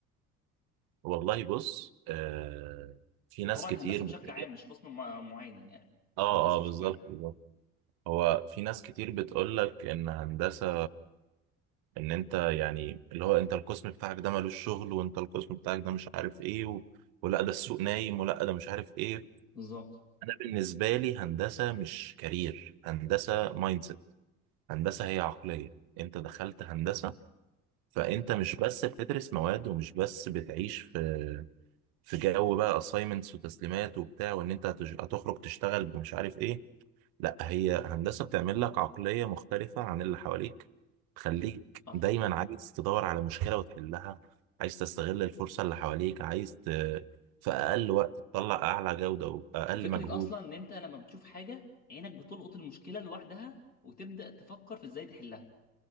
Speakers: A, on the right; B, on the left.
A: والله بص آه في
B: وطبعا
A: ناس كتير
B: هندسه
A: بتقول
B: بشكل عام
A: لك
B: مش قسم مع- معين يعني
A: اه
B: هندسه
A: اه
B: بشكل
A: بالظبط
B: عام
A: بالظبط. هو في ناس كتير بتقول لك ان هندسه ان انت يعني اللي هو انت القسم بتاعك ده ملوش شغل وانت القسم بتاعك ده مش عارف ايه و... ولا ده السوق نايم ولا ده مش عارف ايه
B: بالظبط
A: انا بالنسبه لي هندسه مش كارير هندسه مايند سيت هندسه هي عقليه انت دخلت هندسه فانت مش بس بتدرس مواد ومش بس بتعيش في في جو بقى اساينمنتس وتسليمات وبتاع وان انت هتج- هتخرج تشتغل بمش عارف ايه لا هي هندسه بتعمل لك عقليه مختلفه عن اللي حواليك تخليك
B: صح
A: دايما عايز تدور على مشكله وتحلها عايز تستغل الفرصه اللي حواليك عايز ت... في اقل وقت تطلع اعلى جوده واقل
B: وفكره
A: مجهود
B: اصلا ان انت لما بتشوف حاجه عينك بتلقط المشكله لوحدها وتبدا تفكر في ازاي تحلها